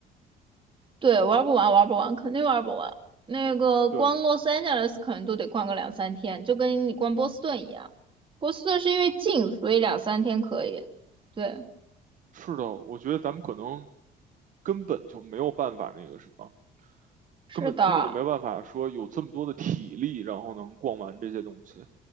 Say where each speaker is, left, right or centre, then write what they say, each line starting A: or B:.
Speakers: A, on the right; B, on the right.
A: 对，玩不完，玩不完，肯定玩不完。那个光洛杉矶来斯可能都得逛个两三天，
B: 对，
A: 就跟你逛波士顿一样。波士顿是因为近，所以两三天可以。对，
B: 是的，我觉得咱们可能根本就没有办法那个什么，
A: 是的。
B: 根本根本就没有办法说有这么多的体力，然后能逛完这些东西。